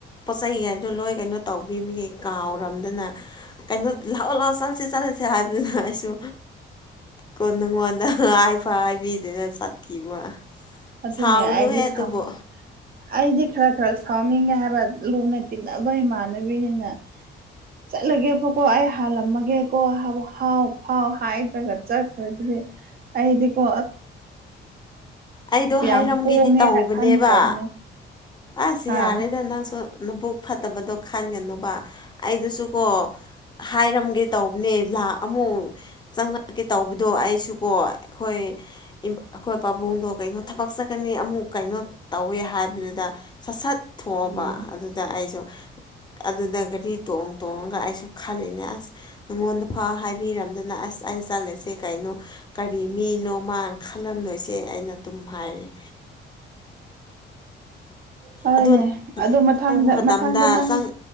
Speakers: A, on the left; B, on the right.
A: ꯄꯣꯠ ꯆꯩꯩꯒꯩꯗꯣ ꯂꯣꯏ ꯀꯩꯅꯣ ꯇꯧꯕꯤꯕꯒꯤꯦ ꯀꯥꯎꯔꯝꯗꯅ ꯀꯩꯅꯣ ꯂꯥꯛꯑꯣ ꯂꯥꯛꯑꯣ ꯆꯠꯂꯁꯤ ꯆꯠꯂꯁꯤ ꯍꯥꯏꯕꯗꯨꯅ ꯑꯩꯁꯨ ꯀꯣꯟ ꯅꯉꯣꯟꯗ ꯍꯥꯏꯐ ꯍꯥꯏꯕꯤꯗꯅ ꯆꯠꯈꯤꯕ
B: ꯑꯗꯨꯅꯦ
A: ꯁꯥꯎꯅꯨꯍꯦ
B: ꯑꯩꯗꯤ
A: ꯑꯗꯨꯕꯨ
B: ꯁꯥꯎꯅꯤꯡ ꯑꯩꯗꯤ ꯈꯔ ꯈꯔ ꯁꯥꯎꯅꯤꯡꯉꯦ ꯍꯥꯏꯕ ꯂꯨꯅꯠꯇꯅꯕꯥꯏ ꯃꯥꯅꯕꯤꯅ ꯆꯠꯂꯒꯦ ꯐꯀꯣ ꯑꯩ ꯍꯥꯜꯂꯝꯃꯒꯦꯀꯣ ꯍꯥꯏꯕ ꯍꯥꯎ ꯐꯥꯎ ꯍꯥꯏꯗ꯭ꯔꯒ ꯆꯠꯈ꯭ꯔꯗꯤ ꯑꯩꯗꯤꯀꯣ
A: ꯑꯩꯗꯣ
B: ꯌꯥꯝ
A: ꯍꯥꯏꯔꯝꯒꯦꯗꯤ
B: ꯄꯣꯡꯉꯦꯅ
A: ꯇꯧꯕꯅꯦꯕ
B: ꯈꯟꯈ꯭ꯔꯕꯅꯦ
A: ꯑꯁ
B: ꯍꯥ
A: ꯌꯥꯔꯦꯗ ꯅꯪꯁꯨ ꯅꯕꯨꯛ ꯐꯠꯇꯕꯗꯣ ꯈꯥꯟꯒꯅꯨꯕ ꯑꯩꯗꯨꯁꯨꯀꯣ ꯍꯥꯏꯔꯝꯒꯦ ꯇꯧꯕꯅꯦ ꯂ ꯑꯃꯨꯛ ꯆꯪꯉꯛꯀꯦ ꯇꯧꯕꯗꯣ ꯑꯩꯁꯨꯀꯣ ꯑꯩꯈꯣꯏ ꯑꯩꯈꯣꯏ ꯄꯥꯕꯨꯡꯗꯣ ꯀꯩꯅꯣ ꯊꯕꯛ ꯆꯠꯀꯅꯤ ꯑꯃꯨꯛ ꯀꯩꯅꯣ ꯇꯧꯋꯦ ꯍꯥꯏꯕꯗꯨꯗ ꯁꯠ ꯁꯠ ꯊꯣꯛꯑꯕ
B: ꯎꯝ
A: ꯑꯗꯨꯗ ꯑꯩꯁꯨ ꯑꯗꯨꯗ ꯒꯥꯔꯤ ꯇꯣꯡ ꯇꯣꯡꯉꯒ ꯑꯩꯁꯨ ꯈꯜꯂꯤꯅꯦ ꯑꯁ ꯅꯉꯣꯟꯗ ꯐ ꯍꯥꯏꯕꯤꯔꯝꯗꯨꯅ ꯑꯁ ꯑꯁ ꯆꯠꯂꯁꯦ ꯀꯩꯅꯣ ꯀꯔꯤ ꯃꯤꯅꯣ ꯃꯥꯅ ꯈꯜꯂꯝꯂꯣꯏꯁꯦ ꯑꯩꯅ ꯑꯗꯨꯝ ꯍꯥꯏꯔꯦ
B: ꯍꯣꯏꯅꯦ
A: ꯑꯗꯣ
B: ꯑꯗꯣ ꯃꯊꯗ
A: ꯆꯪꯕ ꯃꯇꯝꯗ
B: ꯃꯊꯪꯗ ꯅꯪ
A: ꯆꯪ